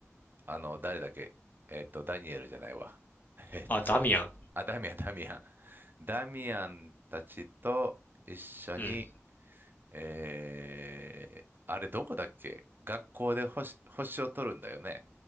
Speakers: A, on the right; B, on the left.
A: あの、誰だっけえっと、ダニエルじゃないわ。えっと、
B: あ、ダミアン。
A: あ、ダミアン、ダミアン。ダミアンたちと一緒に、
B: うん。
A: えー、あれどこだっけ学校で星、星を取るんだよね。